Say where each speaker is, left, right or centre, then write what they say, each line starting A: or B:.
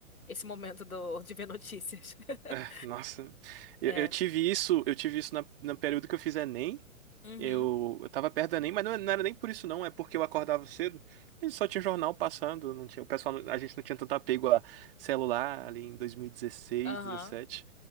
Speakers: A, on the left; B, on the right.
A: esse momento do, de ver notícias.
B: É,
A: <laughs>
B: nossa, eu,
A: É.
B: eu tive isso, eu tive isso na, no período que eu fiz Enem
A: Uhum.
B: Eu, eu tava perto da ENEM, mas não, não era nem por isso não, é porque eu acordava cedo, e só tinha jornal passando, não tinha, o pessoal, não- a gente não tinha tanto apego a celular ali em 2016,
A: Aham.
B: 17.